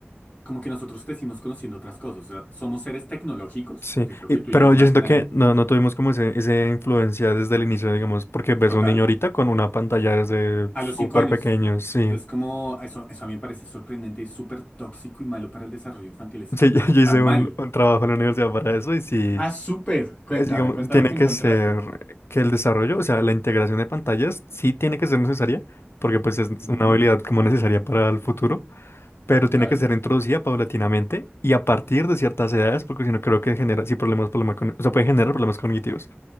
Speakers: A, on the left; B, on the left.
A: como que nosotros crecimos conociendo otras cosas. O sea, somos seres tecnológicos,
B: sí.
A: que creo
B: Y-
A: que
B: pero
A: tú y yo más
B: yo siento
A: que nadie.
B: que no, no tuvimos como ese, esa influencia desde el inicio, digamos, porque ves
A: Total.
B: a un niño ahorita con una pantalla desde
A: A los
B: súper
A: cinco años.
B: pequeño, sí.
A: Es como, eso, eso a mí me parece sorprendente, es súper tóxico y malo para el desarrollo infantil. es-
B: Sí, <laughs> yo,
A: está
B: yo hice
A: mal.
B: un, un trabajo en la universidad para eso y sí,
A: Ah, súper. Cuéntame,
B: es, digamos,
A: cuéntame
B: tiene
A: qué
B: que
A: encontraste.
B: ser que el desarrollo, o sea, la integración de pantallas sí tiene que ser necesaria, porque pues es
A: Ujú,
B: una habilidad como necesaria para el futuro. pero
A: Total.
B: tiene que ser introducida paulatinamente y a partir de ciertas edades, porque si no creo que genera, sí, problemas, problemas con, o sea, puede generar problemas cognitivos.